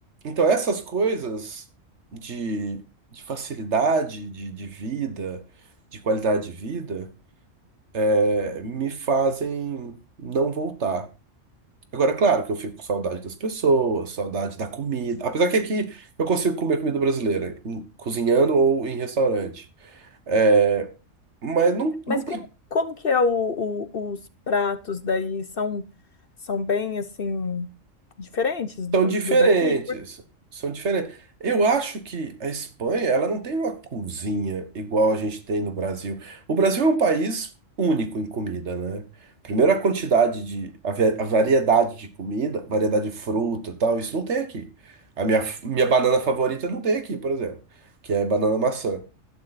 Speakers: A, on the right; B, on the left.
A: Então, essas coisas de, de facilidade de, de vida, de qualidade de vida, é, me fazem não voltar. Agora, claro que eu fico com saudade das pessoas, saudade da comida. Apesar que aqui eu consigo comer comida brasileira, em- cozinhando ou em restaurante. É, mas não,
B: Mas
A: não tem
B: como, como que é o, o- os pratos daí? São, são bem, assim, diferentes do,
A: São diferentes.
B: do daqui?
A: São diferentes. Eu acho que a Espanha, ela não tem uma cozinha igual a gente tem no Brasil. O Brasil é um país único em comida, né? Primeiro a quantidade de, a, va- a variedade de comida, variedade de fruta, e tal, isso não tem aqui. A minha, f- minha banana favorita não tem aqui, por exemplo, que é banana maçã.